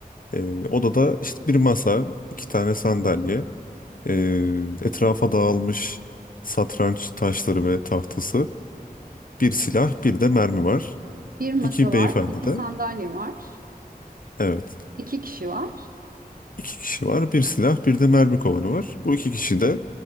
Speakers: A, on the left; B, on the right.
A: Ee, odada işte bir masa, iki tane sandalye, ee, etrafa dağılmış satranç taşları ve tahtası, bir silah, bir de mermi var.
B: Bir masa
A: İki
B: var,
A: beyefendi
B: iki
A: de.
B: sandalye var,
A: Evet.
B: iki kişi var.
A: İki kişi var. Bir silah, bir de mermi kovanı var. Bu iki kişi de